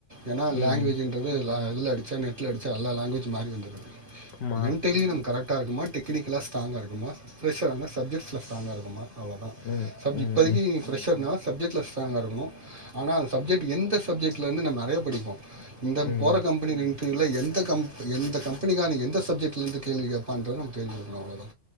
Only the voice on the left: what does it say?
ம்.
ம்.
ஆமா.
ம்.
ம்.
ம்.
ம்.